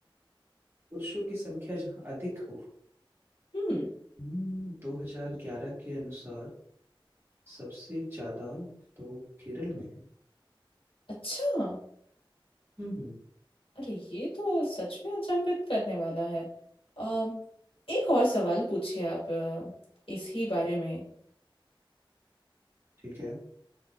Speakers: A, on the right (about 25°); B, on the left (about 85°).
A: पुरुषों की संख्या जहाँ अधिक हो
B: हम्म
A: हम्म 2011 के अनुसार सबसे ज्यादा तो केरल में है
B: अच्छा
A: हम्म हम्म,
B: अरे ये तो सच में अचंभित करने वाला है अम एक और सवाल पूछिए आप अ, इसी बारे में
A: ठीक है